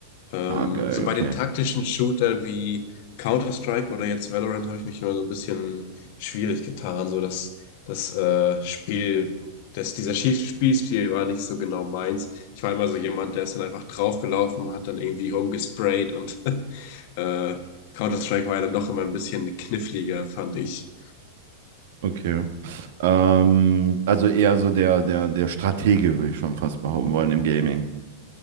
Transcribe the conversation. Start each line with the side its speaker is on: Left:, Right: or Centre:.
Left: Ähm,
Right: Ah, geil,
Left: so
Right: okay.
Left: bei den taktischen Shooter wie Counter-Strike oder jetzt Valorant habe ich mich immer so ein bisschen schwierig getan, so das, das äh, Spiel das, dieser Schieß- Spielstil war nicht so genau meins. Ich war immer so jemand, der ist dann einfach draufgelaufen, hat dann irgendwie rumgesprayt und <laughs> äh, Counter-Strike war ja dann doch immer ein bisschen kniffliger, fand ich.
Right: Okay. Ähm, also eher so der, der, der Stratege, würde ich schon fast behaupten wollen, im Gaming.